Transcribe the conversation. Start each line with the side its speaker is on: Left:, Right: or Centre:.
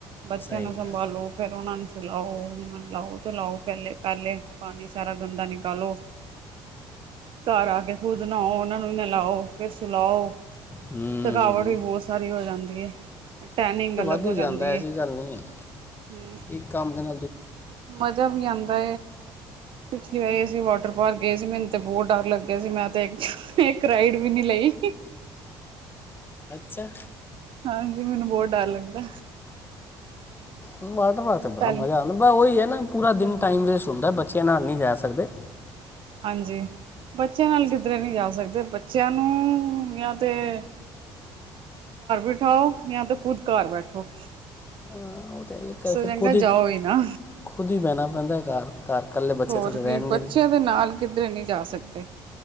Right: ਬੱਚਿਆਂ
Left: ਸਹੀ
Right: ਨੂੰ ਸੰਭਾਲੋ
Left: ਗੱਲ
Right: ਫੇਰ ਉਹਨਾ ਨੂੰ ਖਿਲਾਓ ਉਹਨਾਂ ਨ ਖਿਲਾਓ ਪਿਲਾਓ, ਪਹਿਲੇ-ਪਹਿਲੇ। ਪਾਣੀ ਸਾਰਾ ਗੰਦਾ ਨਿਕਾਲੋ ਘਰ ਆ ਕੇ ਖੁਦ ਨਾਹਾਓ ਉਹਨਾ ਨੂੰ ਨਲਾਓ ਫਿਰ ਸੁਲਾਓ
Left: ਹੂੰ
Right: ਥਕਾਵਟ ਵੀ ਬਹੁਤ ਸਾਰੀ ਹੋ ਜਾਂਦੀ ਹੈ ਟੈਨਿੰਗ
Left: ਵੱਧੀ
Right: ਹੋ ਜਾਂਦੀ
Left: ਜਾਂਦਾ ਐਸੀ
Right: ਹੈ
Left: ਗੱਲ ਨਹੀਂ ਹੈ
Right: ਹਮ
Left: ਇਹ ਕੰਮ ਹਨ
Right: ਮਜ਼ਾ ਵੀ ਆਉਂਦਾ ਪਿਛਲੀ ਵਾਰੀ ਅਸੀਂ ਵਾਟਰ ਪਾਰਕ ਗਏ ਸੀ ਮੈਨੂੰ ਤੇ ਬਹੁਤ ਡਰ ਲੱਗਿਆ ਸੀ ਮੈਂ ਤੇ ਇੱਕ ਰਾਈਡ ਵੀ ਨੀ ਲਈ
Left: ਅੱੱਚਾ
Right: ਹਾਂਜੀ ਮੈਨੂੰ ਬਹੁਤ ਡਰ ਲੱਗਦਾ
Left: ਵਾਟਰ ਪਾਰਕ ਚ ਬੜਾ
Right: ਪਹਿਲੇ
Left: ਮਜਾ ਆਉਂਦਾ ਉਹੀ ਹੈ ਨਾ ਪੂਰਾ ਦਿਨ ਟਾਈਮ ਵੇਸਟ ਹੁੰਦਾ ਬੱਚਿਆਂ ਨਾਲ ਨਹੀਂ ਜਾ ਸਕਦੇ
Right: ਹਾਂਜੀ ਬੱਚਿਆਂ ਨਾਲ ਕਿੱਧਰੇ ਨਹੀਂੀ ਜਾ ਸਕਦੇ ਬੱਚਿਆਂ ਨੂੰ ਜਾਂ ਤੇ <unintelligible> ਉਠਾਓ ਜਾਂ ਤੇ ਖੁਦ ਘਰ ਬੈਠੋ
Left: ਹਾਂ ਉਹ ਤਾਂ
Right: ਇਸ
Left: ਇੱਕ
Right: ਤੋਂ
Left: ਫਿਰ
Right: ਚੰਗਾ
Left: ਖੁਦ ਹੀ
Right: ਜਾਓ ਨਾ
Left: ਖੁਦ ਹੀ ਬਹਿਣਾ ਅੰਧਦਾ ਘਰ ਘਰ ਇਕੱਲੇ ਬੱਚੇ
Right: ਹੋਰ
Left: ਥੋੜੇ ਰਹਿਣਗੇ
Right: ਕੀ ਬੱਚਿਆਂ
Left: ਨਹੀਂ
Right: ਦੇ ਨਾਲ ਕਿੱਧਰੇ ਨਹੀਂੀ ਜਾ ਸਕੇ ਤੇ